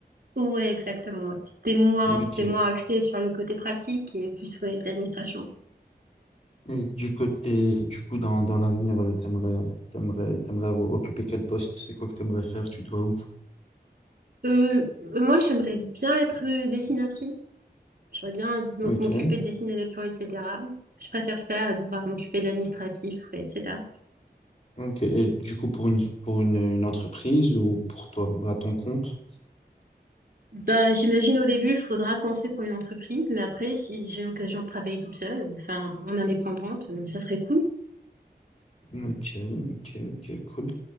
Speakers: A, on the right; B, on the left.
A: Ouais, exactement. ouais. C'était moins,
B: Ok.
A: c'était moins axé sur le côté pratique et plus sur l'administration.
B: Et du côté, et du coup, dans, dans l'avenir, euh, t'aimerais, t'aimerais, t'aimerais avoir occupé quel poste? C'est quoi que t'aimerais faire? Tu te vois où?
A: Euh, moi, j'aimerais bien être dessinatrice. J'aurais bien dû m'oc-
B: Ok.
A: m'occuper de dessiner les plans, etc. Je préfère ça à devoir m'occuper de l'administratif, etc.
B: Ok. Et du coup, pour une, pour une, une entreprise ou pour toi, à ton compte?
A: Bah, j'imagine au début, il faudra commencer pour une entreprise, mais après, si j'ai l'occasion de travailler toute seule, enfin, en indépendante, euh, ça serait cool.
B: Ok, ok, ok, cool.